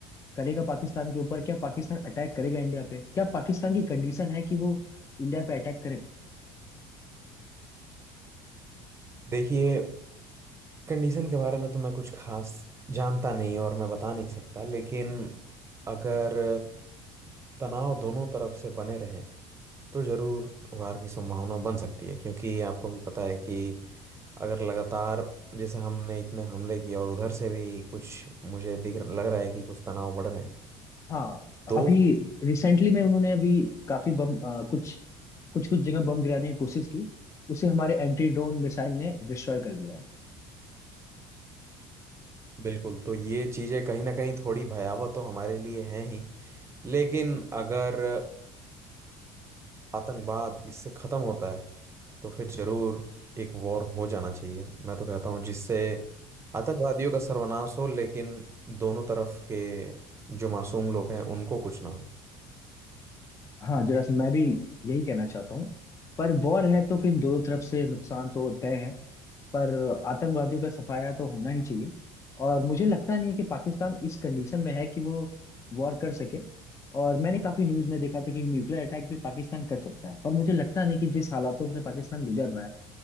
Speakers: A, on the left; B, on the right.
A: करेगा पाकिस्तान के ऊपर क्या पाकिस्तान अटैक करेगा इंडिया पे क्या पाकिस्तान की कंडीशन है कि वो इंडिया पे अटैक करे
B: देखिए कंडीशन के बारे में तो मैं कुछ खास जानता नहीं और मैं बता नहीं सकता लेकिन अगर तनाव दोनों तरफ से बने रहें तो ज़रूर वार की संभावना बन सकती है क्योंकि आपको भी पता है कि अगर लगातार जैसे हमने इतने हमले किए और उधर से भी कुछ मुझे दिख लग रहा है कि कुछ तनाव बढ़ रहे हैं
A: हाँ
B: तो
A: अभी
B: फिर
A: रिसेंटली में उन्होंने अभी काफी बम अ, कुछ कुछ कुछ जगह बम गिराने की कोशिश की उसे हमारे एंटी ड्रोन मिसाइल ने डिस्ट्रॉय कर दिया है
B: बिल्कुल तो ये चीज़ें कहीं ना कहीं थोड़ी भयावह तो हमारे लिए हैं ही लेकिन अगर आतंकवाद इससे ख़त्म होता है तो फिर ज़रूर एक वॉर हो जाना चाहिए मैं तो कहता हूँ जिससे आतंकवादियों का सर्वनाश हो लेकिन दोनों तरफ के जो मासूम लोग हैं उनको कुछ ना हो
A: हाँ जरा सा मैं भी यही कहना चाहता हूँ पर वॉर है तो फिर दोनों तरफ से नुकसान तो तय है पर आतंकवादियों का सफाया तो होना ही चाहिए और मुझे लगता नहीं है कि पाकिस्तान इस कंडीशन में है कि वो वॉर कर सके और मैंने काफी न्यूज में देखा था कि न्यूक्लियर अटैक भी पाकिस्तान कर सकता है पर मुझे लगता नहीं कि जिस हालातों से पाकिस्तान गुजर रहा है